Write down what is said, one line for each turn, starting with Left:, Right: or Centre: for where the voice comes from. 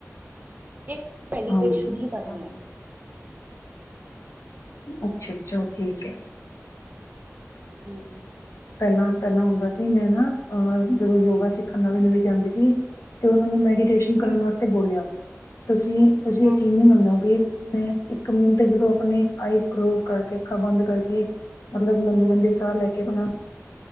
Right: ਕਿ ਮੈਡੀਟੇਸ਼ਨ
Left: ਹਾਂਜੀ,
Right: ਹੀ ਕਰਨੇ
Left: ਹਾਂਜੀ
Right: ਆ।
Left: ਅੱਛਾ-ਅੱਛਾ, ਔ ਠੀਕ ਹੈ,
Right: ਹੂੰ,
Left: ਪਹਿਲਾਂ-ਪਹਿਲਾਂ ਹੁੰਦਾ ਸੀ, ਮੈਂ ਨਾ ਅਹ ਜਦੋਂ ਯੋਗਾ ਸਿੱਖਣ ਨਵੀਂ-ਨਵੀਂ ਜਾਂਦੀ ਸੀ। ਤੇ ਉਹਨਾਂ ਨੇ ਮੈਡੀਟੇਸ਼ਨ
Right: ਹੂੰ,
Left: ਕਰਨ ਵਾਸਤੇ ਬੋਲਿਆ ਤੁਸੀਂ, ਤੁਸੀਂ
Right: ਹੂੰ।
Left: ਯਕੀਨ ਨਹੀਂ ਮੰਨੋਗੇ। ਕਿਵੇ? ਇੱਕ ਮਿਨਟ ਚ ਉਹ ਆਪਣੇ ਆਈਸ ਕਲੋਸ ਕਰਕੇ, ਅੱਖਾਂ ਬੰਦ ਕਰਕੇ ਮਤਲਬ ਲੰਬੇ-ਲੰਬੇ ਸਾਹ ਲੈ ਕੇ ਆਪਣਾ